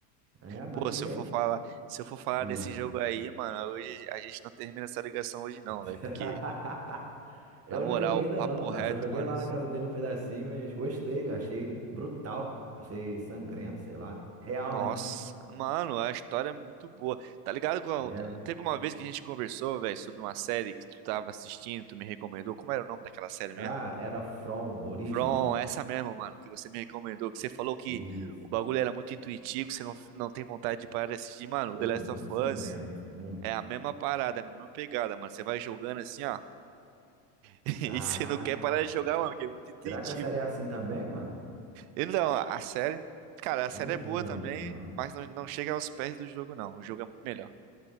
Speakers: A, on the right; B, on the right.
A: É, maneiro.
B: Pô, se eu for falar, se eu for falar
A: Ah.
B: desse jogo aí, mano, hoje a gente não termina essa ligação hoje não,
A: <laughs>
B: velho, porque
A: Eu
B: na moral,
A: não joguei ainda
B: papo
A: não, cara.
B: reto,
A: Só joguei
B: mano.
A: lá na casa dele um pedacinho, mas gostei. Achei brutal. Achei sangrento, sei lá. Real,
B: Nossa,
A: né?
B: mano, a história é muito boa. Tá ligado? com-
A: É.
B: Teve uma vez que a gente conversou, velho, sobre uma série que tu tava assistindo, tu me recomendou. Como era o nome daquela série
A: Ah,
B: mesmo?
A: era From, Origem.
B: From, essa mesmo, mano, que você me recomendou, que você falou que
A: Isso.
B: o bagulho era muito intuitivo, você não, não tem vontade de parar de assistir. Mano,
A: Pô,
B: o The Last
A: muito
B: of
A: sangrento,
B: Us
A: muito.
B: é a mesma parada, a mesma pegada, mano. Você vai jogando assim, ó, <laughs>
A: Caraca.
B: e você não quer parar de jogar, mano, porque é muito intuitivo.
A: Será que a série é assim também, mano?
B: Então, a série, cara, a
A: Eu
B: série
A: não
B: é
A: vi
B: boa
A: também,
B: também,
A: não.
B: mas não, não chega aos pés do jogo, não. O jogo é muito melhor.